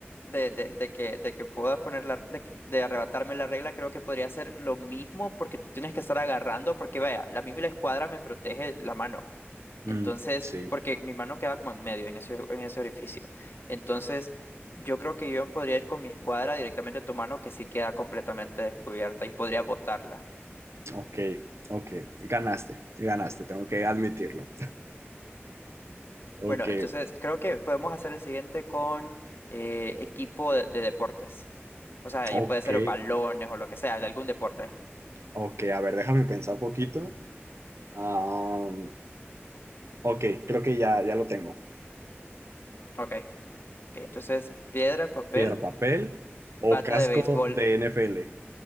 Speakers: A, on the left; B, on the right.
A: de, de, de que, de que pueda poner la, de, que- de arrebatarme la regla, creo que podría ser lo mismo porque tú tienes que estar agarrando, porque vaya, la mí la escuadra me protege la mano.
B: Mm,
A: Entonces,
B: Sí,
A: porque mi mano queda como en medio, en ese, en ese orificio. Entonces, yo creo que yo podría ir con mi escuadra directamente a tu mano que sí queda completamente descubierta y podría botarla.
B: ok, ok. Ganaste, ganaste, tengo que admitirlo. Ok,
A: Bueno, entonces creo que podemos hacer el siguiente con eh, equipo de de deportes. O sea,
B: ok,
A: ya puede ser los balones o lo que sea, de algún deporte.
B: ok. A ver, déjame pensar poquito. Am, ok, creo que ya, ya lo tengo.
A: Ok, ok. Entonces, piedra, papel,
B: Piedra, papel
A: bate
B: o casco
A: de béisbol.
B: de NFL.